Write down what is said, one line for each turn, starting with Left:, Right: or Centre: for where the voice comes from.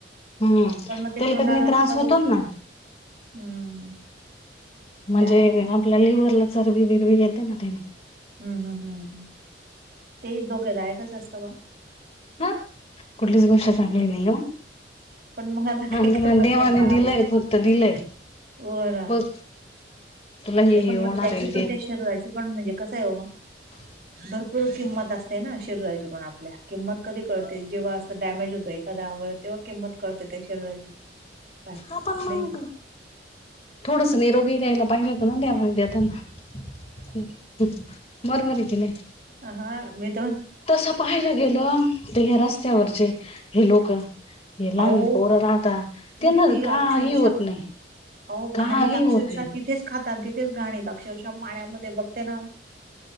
Left: हम्म.
Right: पण मग ते
Left: तेलकट
Right: तोंडाला
Left: न त्रास
Right: चव
Left: होतो ना.
Right: हम्म.
Left: म्हणजे
Right: ते आहे म्हणा.
Left: आपल्या लिव्हरला चरबी बिरवी येते ना त्यानी.
Right: हम्म हम् हम्. ते एक धोकेदायकच असत बुवा.
Left: म? कुठलीच गोष्ट चांगली
Right: ह
Left: नाही हो.
Right: पण मग आता
Left: आणि
Right: काय
Left: तुम्हाला
Right: करतात
Left: देवाने
Right: ते पाळावं.
Left: दिलंय. फक्त दिलंय.
Right: हो ना.
Left: बघ तुला हे
Right: नाही
Left: हे
Right: पण
Left: होणार
Right: मग त्याची
Left: आहे
Right: पण त्या शरीराची पण म्हणजे कसं आहे -
Left: ह
Right: भरपूर किंमत असते ना? शरीराची पण आपल्या किंमत कधी कळते जेव्हा असं डॅमेज होतं एखादा अवयव- तेव्हा किंमत कळते त्या शरीराची. काय
Left: हां पण मग?
Right: नाही का?
Left: थोडस निरोगी राहील पाहिजे होत त्यामध्ये देताना! <inaudible> बरोबर आहे का नाही?
Right: अ हां मीच
Left: तस पाहायला गेलं. त हे रस्त्यावरचे - हे लोक. हे लहान
Right: अहो
Left: पोरं राहता
Right: किती
Left: त्यांना काही
Right: अक्षरशः
Left: होत नाही.
Right: अहो
Left: काही
Right: घाणीत अक्षरशः
Left: होत नाही
Right: तिथेच खाता आणि तिथेच घाणीत अक्षरशः पाण्यामध्ये बघते ना -